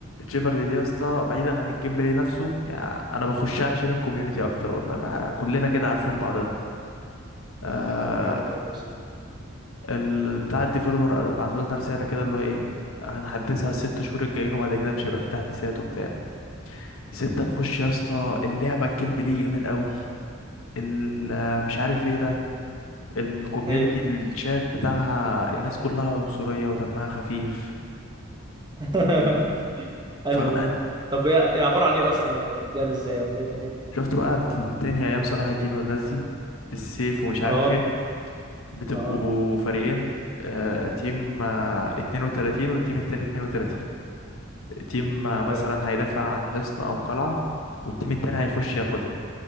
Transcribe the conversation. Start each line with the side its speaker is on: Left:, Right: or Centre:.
Left: تشيفرلي دي يا اسطى بعيدا عن الجيم بلاي نفسه يعني انا بخشها عشان الكوميونتي اكتر والله بقى كلنا كده عارفين بعضنا آه
Right: طب جامد قوي يا اسطى
Left: ال... بتاع الديفلوبر بعتوا لنا رساله كده اللي هو ايه هنحدثها الست شهور الجايين وبعد كده مش هيبقى في تحديثات وبتاع ستة نخش يا اسطى اللعبه الجيم بلاي جامد قوي ال... مش عارف ايه ده الكوميونتي
Right: ايه
Left: الشات بتاعها الناس كلها عنصريه ودمها خفيف
Right: <laughs> حلوه
Left: فلا
Right: دي طب هي هي عباره عن ايه اصلا يعني بتتلعب ازاي ولا ايه الدنيا ده
Left: شفت بقى الدنيا ايام صلاح الدين والناس دي بالسيف ومش عارف
Right: اه
Left: ايه بتبقوا
Right: اه
Left: فريقين آه، تيم آه، 32 والتيم التاني 32 تيم آه، مثلا
Right: حلو
Left: هيدافع عن حصن أو قلعة والتيم التاني هيخش ياخدها